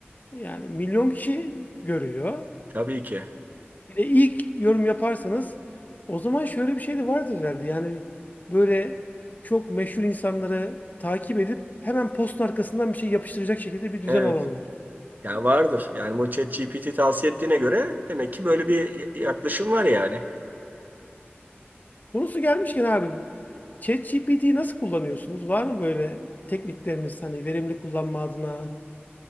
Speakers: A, on the left (about 40°); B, on the right (about 45°).
A: yani milyon kişi görüyor.
B: Tabii ki.
A: Bir de ilk yorum yaparsanız o zaman şöyle bir şey de vardır herhalde. Yani böyle çok meşhur insanları takip edip hemen postun arkasından bir şey yapıştıracak şekilde bir düzen
B: Evet.
A: alanlar.
B: Yani vardır. Yani bu ChatGPT tavsiye ettiğine göre demek ki böyle bir yaklaşım var yani.
A: Konusu gelmişken abi ChatGPT'yi nasıl kullanıyorsunuz? Var mı böyle teknikleriniz hani verimli kullanma adına?